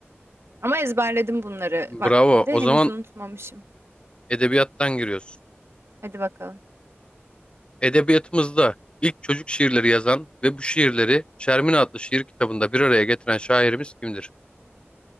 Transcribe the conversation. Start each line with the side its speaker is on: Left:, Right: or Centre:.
Right: Ama ezberledim bunları vaktinde.
Left: Bravo. O
Right: Henüz
Left: zaman
Right: unutmamışım.
Left: edebiyattan giriyoruz.
Right: Hadi bakalım.
Left: Edebiyatımızda ilk çocuk şiirleri yazan ve bu şiirleri Şermin adlı şiir kitabında bir araya getiren şairimiz kimdir?